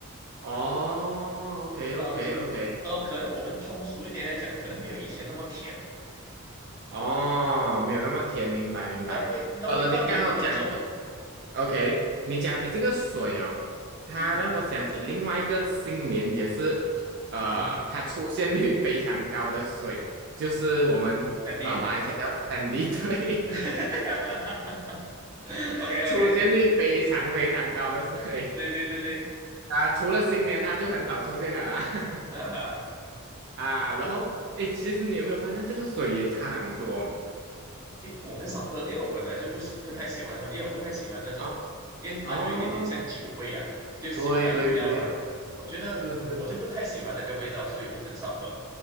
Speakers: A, on the right (about 50°); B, on the right (about 15°).
A: 哦，OK
B: 呃就呃可能我们通俗一点来讲，
A: OK OK，
B: 可能没有以前那么甜，
A: 哦，没有那么甜，明白明白。
B: 那味那味道没有那么重，
A: 呃，你刚好讲起，OK，你讲起这个水哦，它让我想起另外一个新年也是，
B: 嗯
A: 呃，
B: 嗯哼，
A: 它出现率非常高的水，就是我们呃马来西亚叫三
B: 真的呀
A: D 水，
B: <laughs>
A: <laughs>
B: ，OK
A: 出现率非常非常高的水
B: OK，对对对对
A: 啊、除了新年它就很少出现了啦。<laughs>
B: 啊，
A: 啊，然后哎，诶其实你有没有发现这个水也差很多
B: 诶，我很少喝，因为我本来就不喜不太喜欢喝，因为我不太喜欢那种，
A: 啊？
B: 因为它有一点点像酒味啊，
A: 哦，
B: 就小麦饮料嘛，
A: 对对对，
B: 我觉得嗯我就不太喜欢那个味道，
A: 是是是，
B: 所以我很少喝，